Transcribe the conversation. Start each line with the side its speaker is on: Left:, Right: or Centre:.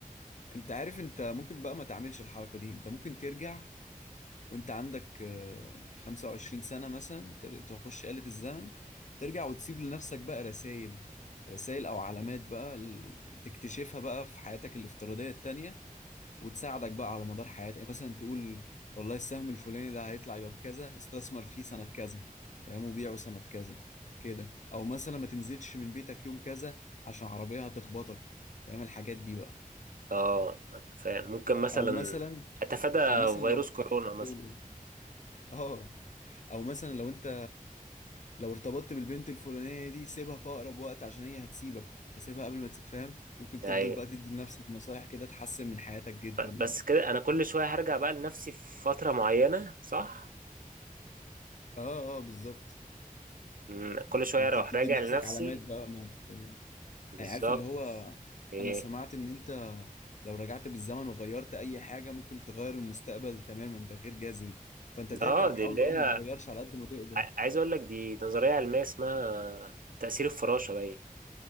Left: أنت عارف أنت ممكن بقى ما تعملش الحركة دي أنت ممكن ترجع وانت عندك آه، 25 سنة مثلا تر- تخش آلة الزمن ترجع وتسيب لنفسك بقى رسائل رسائل او علامات بقى ال- تكتشفها بقى في حياتك الافتراضية التانية وتساعدك بقى على مدار حياتك يعني مثلا تقول والله السهم الفلاني ده هيطلع يبقى بكذا استثمر فيه سنة كذا فاهم وبيعه سنة كذا كده او مثلا ما تنزلش من بيتك يوم كذا عشان عربية هتخبطك فاهم الحاجات دي بقى
Right: اه فممكن مثلا
Left: او مثلا
Right: اتفادى
Left: او مثلا
Right: فيروس
Left: لو
Right: كورونا مثلا
Left: قول- قول. اه او مثلا لو انت لو ارتبطت بالبنت الفلانيه دي سيبها في اقرب وقت عشان هي هتسيبك فسيبها قبل ما تس... فاهم ممكن تفضل
Right: ايوه
Left: بقى تدي لنفسك نصايح كده تحسن من حياتك جدا
Right: ب-
Left: يعني
Right: بس كده انا كل شويه هرجع بقى لنفسي في فتره معينه صح
Left: اه اه بالظبط
Right: مم، كل شويه
Left: انت
Right: اروح
Left: بتدي
Right: راجع
Left: لنفسك
Right: لنفسي
Left: علامات بقى ما ت...
Right: بالظبط
Left: يعني عارف اللي هو
Right: ايه
Left: انا سمعت ان انت لو رجعت بالزمن وغيرت اي حاجه ممكن تغير المستقبل تماما تغيير جذري فانت ترجع
Right: اه
Left: وحاول
Right: دي اللي
Left: بقى
Right: هي
Left: ما تغيرش على قد ما تقدر
Right: ع- عايز اقول لك دي ده نظريه علميه اسمها تاثير الفراشه باين